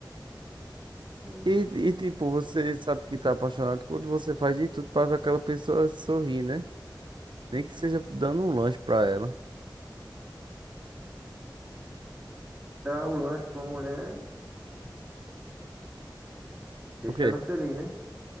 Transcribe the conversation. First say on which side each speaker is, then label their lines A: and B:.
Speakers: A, on the right (about 20°); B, on the right (about 80°).
A: Sim.
B: E, e tipo, você sabe que tá apaixonado quando você faz de tudo pra ver aquela pessoa sorrir, né? Nem que seja dando um lanche pra ela.
A: Dar o lanche pra uma mulher, deixa
B: o quê?
A: ela feliz, né?